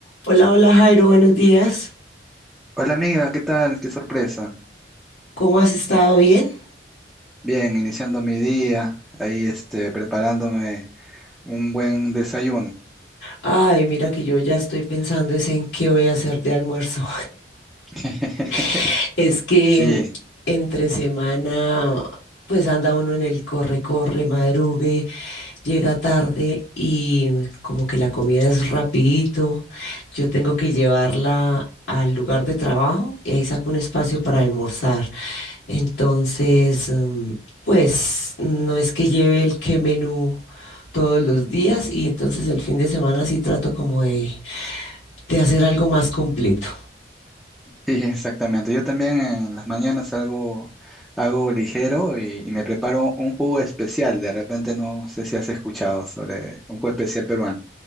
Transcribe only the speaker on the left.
Hola, hola Jairo, buenos días.
¿Cómo has estado? ¿Bien?
Ay, mira que yo ya estoy pensando es en qué voy a hacer de almuerzo.
<laughs> Es que
entre semana, pues anda uno en el corre, corre, madrugue, llega tarde y como que la comida es rapidito. Yo tengo que llevarla al lugar de trabajo y ahí saco un espacio para almorzar. Entonces, mm, pues no es que lleve el qué menú todos los días y entonces el fin de semana sí trato como de, de hacer algo más completo.